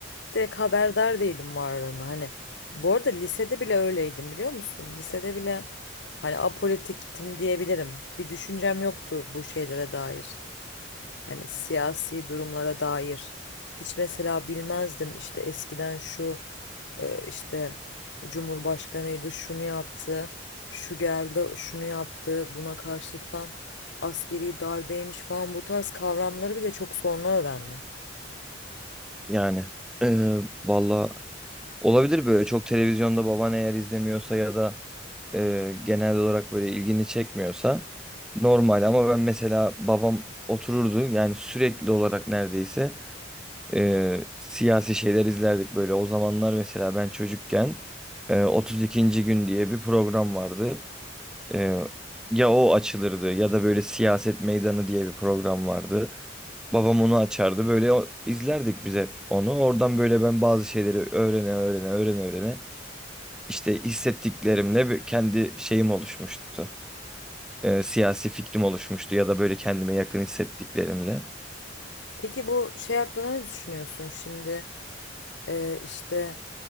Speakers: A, on the left (about 65°); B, in the centre.
A: direkt haberdar değilim varlığına hani bu arada lisede bile öyleydim biliyor musun? Lisede bile hani apolitiktim diyebilirim. Bir düşüncem yoktu bu şeylere dair. Hani siyasi durumlara dair hiç mesela bilmezdim işte eskiden şu e, işte Cumhurbaşkanıydı şunu yaptı, şu geldi şunu yaptı buna karşılık falan askeri darbeymiş falan bu tarz kavramları bile çok sonra öğrendim.
B: Yani eee valla olabilir böyle çok televizyonda baban eğer izlemiyorsa ya da eee, genel olarak böyle ilgini çekmiyorsa normal ama ben mesela babam otururdu yani sürekli olarak neredeyse eee, siyasi şeyler izlerdik böyle o zamanlar mesela ben çocukken eee, 32. gün diye bir program vardı. Ee, ya o açılırdı ya da böyle siyaset meydanı diye bir program vardı. Babam onu açardı. Böyle o- izlerdik biz hep onu. Oradan böyle ben bazı şeyleri öğrene öğrene öğrene öğrene işte hissettiklerimle bir- kendi şeyim oluşmuştu. Ee, siyasi fikrim oluşmuştu ya da böyle kendime yakın hissettiklerimle.
A: Peki bu şey hakkında ne düşünüyorsun şimdi e, işte